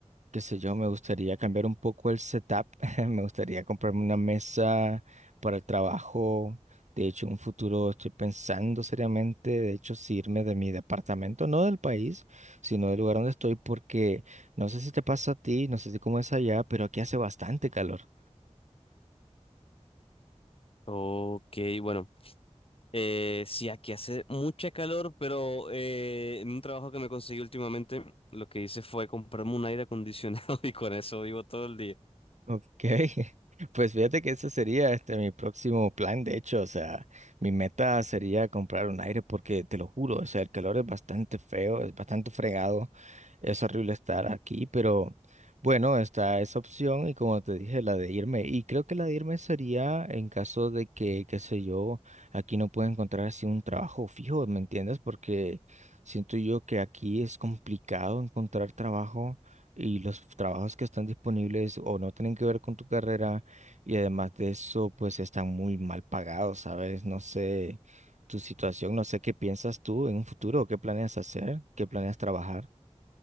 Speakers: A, on the right (about 80°); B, on the left (about 50°).
A: qué sé yo, me gustaría cambiar un poco el setup, <laughs> me gustaría comprarme una mesa para el trabajo. De hecho, en un futuro estoy pensando seriamente, de hecho, si irme de mi departamento, no del país, sino del lugar donde estoy, porque no sé si te pasa a ti, no sé si cómo es allá, pero aquí hace bastante calor.
B: Ok, bueno, eh, sí, aquí hace mucha calor, pero eh, en un trabajo que me conseguí últimamente, lo que hice fue comprarme un aire acondicionado <laughs> y con eso vivo todo el día.
A: Ok, <laughs> pues fíjate que ese sería este mi próximo plan, de hecho, o sea, mi meta sería comprar un aire porque te lo juro, o sea, el calor es bastante feo, es bastante fregado, es horrible estar aquí, pero bueno, está esa opción y como te dije, la de irme, y creo que la de irme sería en caso de que, qué sé yo, aquí no pueda encontrar así un trabajo fijo, ¿me entiendes? Porque siento yo que aquí es complicado encontrar trabajo y los trabajos que están disponibles o no tienen que ver con tu carrera y además de eso, pues están muy mal pagados, ¿sabes? No sé tu situación, no sé qué piensas tú en un futuro, qué planeas hacer, qué planeas trabajar.